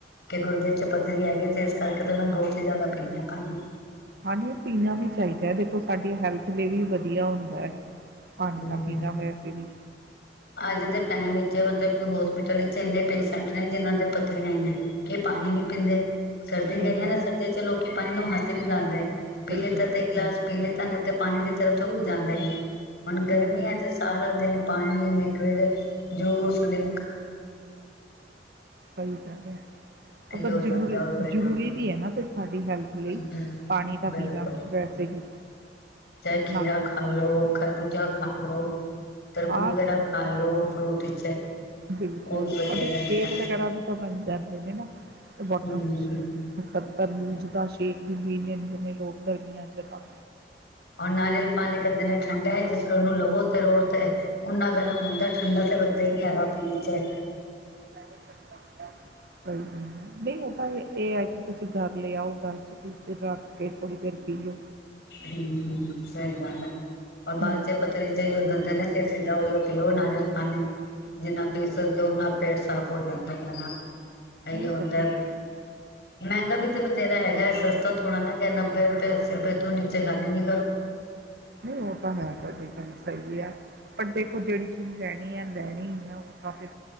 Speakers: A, on the left; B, on the right.
A: ਕਿ ਗੁਰਦੇ ਤੇ ਪੱਥਰੀ ਹੈਗੀ ਤੇ ਇਸ ਕਰਕੇ ਤੇ ਮੈ ਬਹੁਤ ਹੀ ਜ਼ਿਆਦਾ ਪੀਂਦੇ ਹਾਂ ਪਾਣੀ।
B: ਹਾਂਜੀ ਪੀਣਾ ਵੀ ਚਾਹੀਦਾ ਹੈ, ਦੇਖੋ ਸਾਡੀੇ ਹੈਲਥ ਲਈ ਵੀ ਵਧੀਆ ਹੁੰਦਾ ਹੈ। ਪਾਣੀ
A: ਹੂੰ।
B: ਤਾਂ ਪੀਣਾ ਵੈਸੇ ਵੀ
A: ਅੱਜ ਦੇ ਟਾਈਮ ਵਿੱਚ ਮਤਲਬ ਕਿ ਹੋਸਪਿਟਲ ਵਿੱਚ ਇੰਨੇ ਪੇਸ਼ੈਂਟ ਨੇ ਜਿਹਨ੍ਹਾਂ ਦੇ ਪੱਥਰੀਆਂ ਹੀ ਨੇ ਕੀ ਪਾਣੀ ਨੀ ਪੀਂਦੇ ਸਰਦੀ
B: ਸਹੀ
A: ਗਈ ਆ
B: ਗੱਲ
A: ਨਾ ਸਰਦੀ ਚ ਲੋਕੀ ਪਾਣੀ ਨੂੰ ਹ ਹੱਥ ਨਹੀਂ ਲਾਂਂਦੇ। ਪੀ
B: ਸਹੀ
A: ਲਤਾ
B: ਗੱਲ
A: ਤੇ ਇਕ ਗਿਲਾਸ ਪੀ ਲੀਤਾ ਨਹੀਂ ਤੇ ਪਾਣੀ ਦੀ ਤਰਫ਼ ਤੇ ਕੋਇ ਜਾਂਦਾ ਨਹੀ। ਹੁਣ ਗਰਮੀਆਂ
B: ਹਮ
A: ਚ ਸਾਰਾ ਦਿਨ ਪਾਣੀ। ਤੇ ਲਿਕਵਿਡ ਜੋ ਸੁਨੇ
B: ਸਹੀ ਗੱਲ ਹੈ,
A: ਇਹ
B: ਪਰ
A: ਹੋ ਜਾਂਦਾ
B: ਜ਼ਰੂਰੀ
A: ਹੋਰ ਕੋਈ
B: ਜ਼ਰੂਰੀ
A: ਨਾ
B: ਵੀ ਹੈ ਨਾ ਫਿਰ ਸਾਡੀ ਹੈਲਥ ਲਈ
A: ਹਮ ਹਮ
B: ਪਾਣੀ ਤਾਂ
A: ਬਿਲਕੁਲ
B: ਪੀਣਾ ਵੈਸੇ ਵੀ
A: ਚਾਹੇ ਖੀਰਾ
B: ਨਾ
A: ਖਾ ਲੋ, ਖਰਬੁਜਾ ਖਾ ਲ ਲੋ ਤਰਬੂਜ
B: ਆ
A: ਵਗੈਰਾ ਖਾ ਲੋ ਫਰੂਟ ਵਿੱਚ
B: ਬਿਲਕੁਲ
A: ਉਹ ਵੀ ਵਧੀਆ
B: ਉਹਦੇ ਸ਼ੇਕ
A: ਰਹਿੰਦਾ
B: ਵਗੈਰਾ ਵੀ ਤਾਂ ਬਣ ਜਾਂਦੇ ਨੇ ਨਾ ਬਹੁਤ
A: ਹਮ
B: ਖੁਸ਼ੀ
A: ਹਮ
B: ਹੈ ਜ ਤੰਬੂਜ ਦਾ ਸੇਕ ਵੀ ਪੀ ਲੈਂਦੇ ਨੇ ਲੋਕ ਗਰਮੀਆਂ ਚ ਤਾ
A: ਓਹ ਨਾਰੀਅਲ ਪਾਣੀ ਕੇਂਦੇ ਨੇ ਠੰਡਾ ਹੈ, ਜਿਸ ਫਿਰ ਉਹਨੂੰ ਲਵੋ ਤੇ ਰੋੜ ਤੇ ਉਨਾ ਗਰਮ ਹੁੰਦਾ ਠੰਡਾ ਤੇ ਬੰਦਾ ਹੀ ਨੀ ਹੈਗਾ। ਦੀ ਚੈੱਕ।
B: ਸਹੀ ਗਲ, ਨਹੀਂ ਉਹ ਤਾਂ ਇਹ ਹੈ ਕਿ ਤੁਸੀਂ ਘਰ ਲ ਆਓ, ਘਰ ਚ ਫਰਿਜ ਚ ਰੱਖ ਕੇ ਥੋੜ੍ਹੀ ਦੇਰ ਪੀ ਲਓ।
A: ਹੂੰ ਹੂੰ ਸਹੀ ਗੱਲ ਹੈ, ਹੋਰ ਬਾਅਦ
B: ਹੂੰ।
A: ਚ ਪਥਰੀ ਚ ਓਹ ਦਸਦੇ ਨੇ ਸਿੱਧਾ ਉ ਪੀਓ ਨਾਰੀਅਲ ਪਾਣੀ। ਜਿੰਨਾ ਪੀ ਸਕਦੇ ਹੋ, ਉਨਾ ਪੇਟ ਸਾਫ਼ ਹੋ ਜਾਂਦਾ ਏਦੇ ਨਾਲ। ਇਹੀ
B: ਨਹੀਂ
A: ਹੁੰਦਾ,
B: ਪਤਾ
A: ਮਹਿੰਗਾ ਵੀ ਮੇਂਗਾ ਬਥੇਰਾ ਹੈਗਾ ਹੈ, ਸਸਤਾ ਥੋੜਣਾ ਨਾ ਹੈਗਾ ਨੱਬੇ ਰੁਪਏ ਸਿਰਫ ਇੱਥੋਂ ਨੀ ਕਰੋ
B: ਨਹੀਂ ਉਹ ਤਾਂ ਹੈ ਤਾਕਿ ਸਹੀ ਹੈ, ਪਰ ਦੇਖੋ ਜਿਹੜੀ ਚੀਜ਼ ਲੈਣੀ ਆ, ਲੈਣੀ ਆ ਉਹ ਤਾ ਫਿਰ